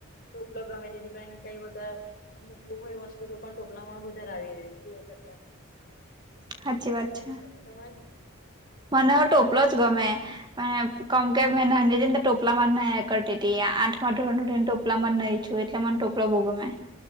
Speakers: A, on the left (about 45°); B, on the right (about 20°).
A: કે ઉપલો ગમે જેથી કાર કઈ બધા... મૂકવું હોય વસ્તુ તો પણ ટોપલા માં વધારે આવી રહે એના કરતા.
B: સાચી
A: તો
B: વાત છે
A: એ તમે તમારે.
B: મને પણ ટોપલો જ ગમે. કમ કે મે નાને ટોપલામાંર ના કરતી હતી, આઠમા ધોરણ સુધી ટોપલા માં <unintelligible> છે. તો એટલે મને ટોપલો બો ગમે